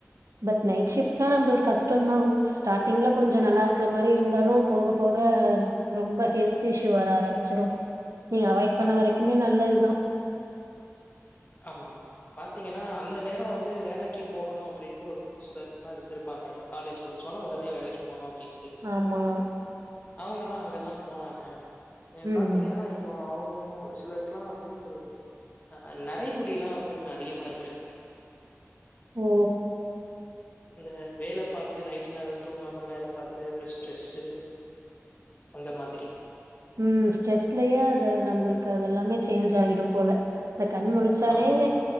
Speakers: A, on the right; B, on the left.
A: பட் நைட் ஷிஃப்ட்லா நம்ளுக்கு கஷ்டோ தா ஒ ஸ்டாட்டிங்ல கொஞ்ச நல்லாருக்கற மாரி இருந்தாலு போக போக ரொம்ப ஹெல்த் இஷு வர ஆரம்பிச்சிரும் நீங்க அவாய்ட் பண்ண
B: ஆமா,
A: வரைக்குமே நல்லது தா
B: ஆமா பாத்தீங்கனா அந்த நேரோ வந்து வேலக்கி போகணு அப்டின்ட்டு ஒரு சிலதுக்லா இருந்திருப்பாங்கல காலேஜ் முடிச்சவனே உடனே வேலைக்கி போணு கின்டு
A: ஆமா
B: அவுங்கல்லா அங்க தா போனாக ஏ
A: ம்
B: பாத்தீங்கனா
A: ம்
B: இப்போ அவுங் நந்த ஒரு சிலருக்குலா வந்து ஆ ந கைமுடிலா வந்து கொஞ்ச அதிகமாருக்கு
A: ஓ
B: இந்த வேல பாத்து நைட்டு நேரோ தூங்காம வேல பாத்து இந்த ஸ்ட்ரெஸு அந்த மாதிரி
A: ம் ஸ்ட்ரெஸ்லயே அத நம்ளுக்கு அதெல்லாமே சேஞ்ச் ஆகிடும் போல இந்த கண் முழிச்சாலே
B: ஆமா,